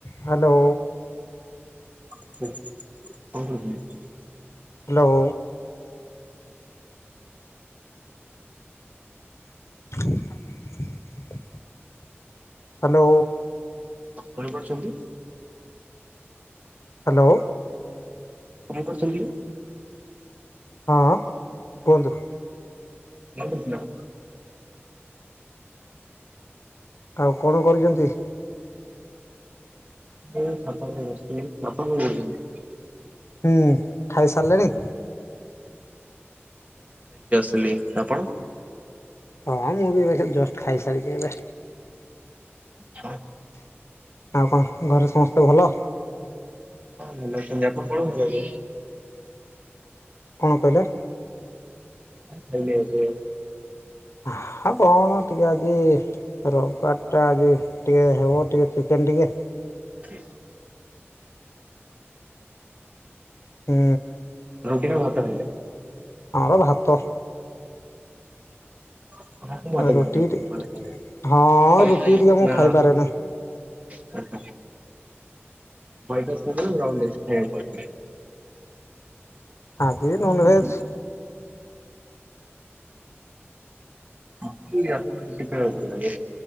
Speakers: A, on the left (about 75°); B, on the right (about 35°).
A: Hello.
B: Okay କଣ କରୁଥିଲେ?
A: Hello. <inaudible> Hello.
B: ଶୁଣି ପାରୁଛନ୍ତି?
A: ହ୍ୟାଲୋ।
B: ଶୁଣି ପାରୁଛନ୍ତି?
A: ହଁ କୁହନ୍ତୁ।
B: କଣ କରୁଥିଲ?
A: ଆଉ କଣ କରୁଛନ୍ତି?
B: ଏଇ ଛାତ ଉପରେ ବସିଥିଲି। ବାପା କଣ କରୁଛନ୍ତି?
A: ହୁଁ ଖାଇସାରିଲେଣି?
B: ଲି ଆପଣ?
A: ହଁ ମୁଁ ବି ଏବେ ଜଷ୍ଟ ଖାଇସାରିଛି ଏବେ।
B: ହଁ
A: ଆଉ କଣ ଘରେ ସମସ୍ତେ ଭଲ?
B: ଭଲ ଅଛନ୍ତି। ଆପଣ କଣ ଖାଇଲେ ଏବେ?
A: କଣ କହିଲ?
B: ଖାଇଲି ଏବେ।
A: ଆହା କଣ ଟିକେ ଆଜି ରବି ବାରଟା, ଆଜି ଟିକେ ହବ ଟିକେ ଚିକେନ ଟିକେ।
B: ଠି
A: ହୁଁ।
B: ଲୋ ଭାତ ଖାଇଲେ।
A: ଆମର ଭାତ।
B: ଆପଣ କୋଉ ଭାତ
A: ରୁଟି
B: ଖାଆନ୍ତି?
A: କି ଟି
B: ମାନେ
A: ହଁ
B: ହ୍ୱାଇଟ
A: ରୁଟିକି
B: ରାଇସ୍
A: ଟିକେ ମୁଁ
B: ନା
A: ଖାଇପାରେନି।
B: ହ୍ୱାଇଟ ଫ୍ରେ ସାଙ୍ଗରେ ନଣ୍ଡେଜ୍ ଖାଇଆକୁ କହିବେ।
A: ଆଜି
B: ଲାଗେ?
A: ନନଭେଜ୍।
B: ମତେ ରାତିରେ ରୁଟି ଖାଇବାକୁ ଭଲ ଲାଗେ